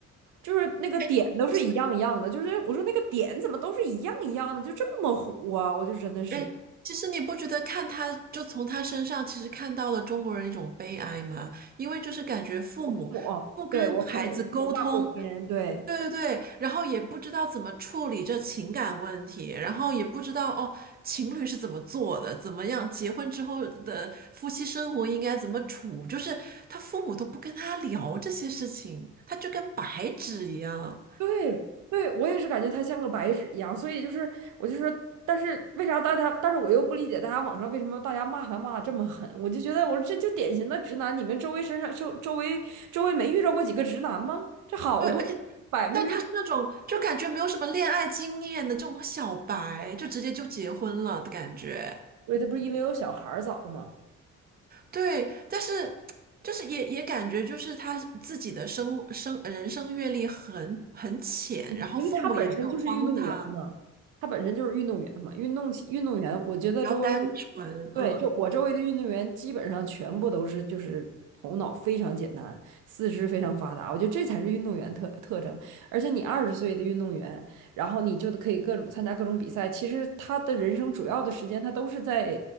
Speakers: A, on the right; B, on the right.
A: 就是那个点都是一样一样的。
B: 哎，其实，
A: 就是我说那个点怎么都是一样一样的，就这么虎啊！我就真的是
B: 哎，其实你不觉得看她就从她身上其实看到了中国人一种悲哀吗？因为就是感觉父母不跟孩子沟通。
A: 父母，对，我父母父母大过天，对。
B: 对对对，然后也不知道怎么处理这情感问题，然后也不知道哦，情侣是怎么做的，怎么样结婚之后的夫妻生活应该怎么处，就是他父母都不跟他聊这些事情，他就跟白纸一样。
A: 对对，我也是感觉他像个白纸一样，所以就是我就说，但是为啥大家，但是我又不理解大家网上为什么大家骂他骂的这么狠，我就觉得我说这就典型的直男，你们周围身上周周围周围没遇到过几个直男吗？这好多百分之，
B: 对，而且但他是那种就感觉没有什么恋爱经验的这种小白，就直接就结婚了的感觉。
A: 对，他不是因为有小孩儿早吗？
B: 对，但是就是也也感觉就是他自己的生生人生阅历很很浅，
A: 嗯，
B: 然后父母也没有帮他，
A: 因为他本身就是运动员嘛，他本身就是运动员嘛，运动起运动员，我觉得周围我
B: 比较单纯，
A: 对，
B: 嗯，
A: 就我周围的运动员基本上全部都是就是头脑非常简单，四肢非常发达，我觉得这才是运动员特特征。而且你二十岁的运动员，然后你就可以各种参加各种比赛，其实他的人生主要的时间他都是在